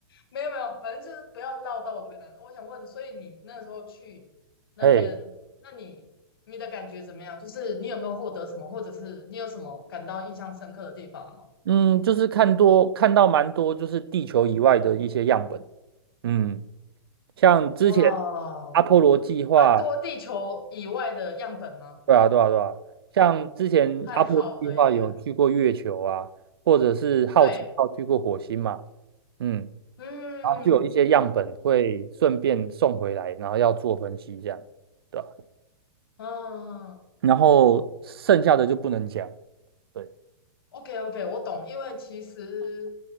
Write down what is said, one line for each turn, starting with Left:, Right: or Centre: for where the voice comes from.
Left: 没有没有，反正就是不要绕到我这边来。我想问，所以你那时候去那边，
Right: 嘿，
Left: 那你你的感觉怎么样？就是你有没有获得什么，或者是你有什么感到印象深刻的地方吗？
Right: 嗯，就是看多看到蛮多，就是地球以外的一些样本。嗯，像之前
Left: 哇，
Right: 阿波罗计划
Left: 蛮多地球以外的样本吗？
Right: 对啊，对啊，对啊，像之前阿波罗计划有去过月球啊，
Left: 太好了耶！
Right: 或者是好奇号去过火星嘛，
Left: 对，
Right: 嗯，
Left: 嗯
Right: 然后就有一些样本会顺便送回来，然后要做分析这样，对吧？
Left: 嗯。
Right: 然后剩下的就不能讲，对，
Left: OK OK，我懂，因为其实，